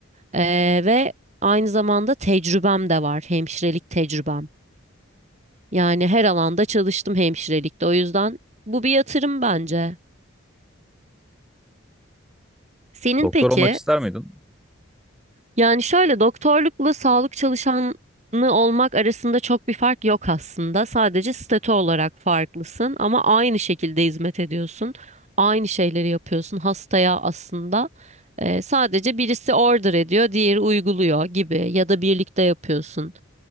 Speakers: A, on the right (about 35°); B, in the centre.
A: Ee, ve aynı zamanda tecrübem de var hemşirelik tecrübem. Yani her alanda çalıştım hemşirelikte o yüzden bu bir yatırım bence. Senin
B: Doktor
A: peki?
B: olmak ister miydin?
A: Yani şöyle doktorlukla sağlık çalışanı olmak arasında çok bir fark yok aslında. Sadece statü olarak farklısın ama aynı şekilde hizmet ediyorsun. Aynı şeyleri yapıyorsun hastaya aslında. Ee, sadece birisi order ediyor, diğeri uyguluyor gibi ya da birlikte yapıyorsun.